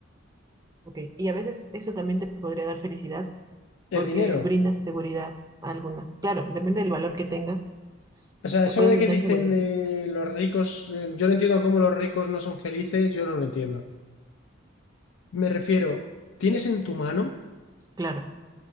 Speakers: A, on the right; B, on the left.
A: Ok, y a veces eso también te podría dar felicidad,
B: El
A: porque
B: dinero.
A: brindas seguridad alguna. Claro, depende del valor que tengas,
B: O sea,
A: te
B: eso
A: puedes
B: de
A: brindar
B: que dicen
A: seguridad,
B: de los ricos, eh, yo no entiendo cómo los ricos no son felices, yo no lo entiendo. Me refiero, tienes en tu mano
A: claro,